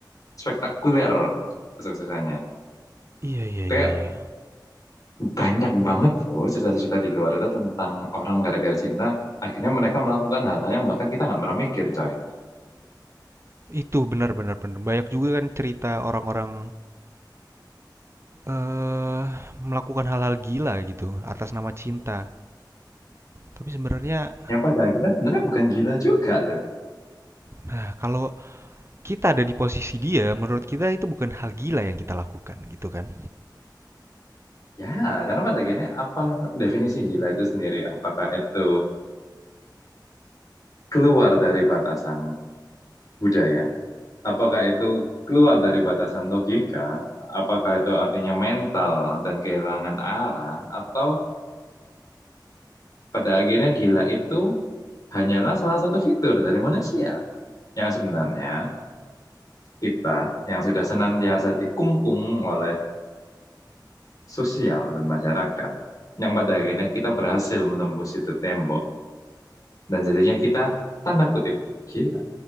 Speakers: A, on the left; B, on the right.
A: Spektakuler kesuksesannya.
B: Iya iya
A: kayak
B: iya iya.
A: banyak banget loh cerita-cerita di luar itu tentang orang gara-gara cinta akhirnya mereka melakukan hal-hal yang bahkan kita nggak pernah mikir coy
B: Itu benar-benar benar. Banyak juga kan cerita orang-orang eh melakukan hal-hal gila gitu atas nama cinta. Tapi sebenarnya,
A: yang pada akhirnya sebenarnya bukan gila juga loh
B: nah kalau kita ada di posisi dia, menurut kita itu bukan hal gila yang kita lakukan gitu kan?
A: ya karena pada akhirnya apa definisi gila itu sendiri apakah itu keluar dari batasan budaya apakah itu keluar dari batasan logika apakah itu artinya mental dan kehilangan arah atau pada akhirnya gila itu hanyalah salah satu fitur dari manusia yang sebenarnya kita yang sudah senantiasa dikungkung oleh sosial dan masyarakat, yang pada akhirnya kita berhasil menembus itu tembok, dan jadinya kita, tanda kutip, gila.